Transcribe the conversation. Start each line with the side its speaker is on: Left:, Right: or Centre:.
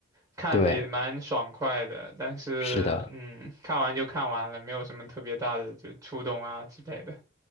Right: 看的也蛮爽快的。
Left: 对，
Right: 但是，
Left: 是的。
Right: 嗯，看完就看完了，没有什么特别大的就触动啊之类的。